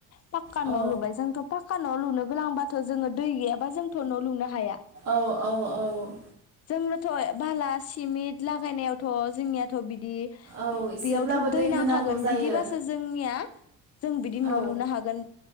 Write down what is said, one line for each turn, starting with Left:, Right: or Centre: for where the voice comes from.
Left: फाक्का
Right: औ
Left: लुबाय जोंथ' फाक्का न' लुनो गोनांबाथ' जोङो दै गैयाबा जोंथ' न' लुनो हाया।
Right: औ औ औ
Left: जोंनोथ' बाला सिमेन्ट लागायनायावथ' जोंनियाथ' बिदि बि
Right: औ एसेब्लाबो
Left: बेयावथ' दै नांखागोन।
Right: होनांगौ जायो
Left: बिदिबासो जोंनिया जों बिदि न'
Right: औ
Left: लुनो हागोन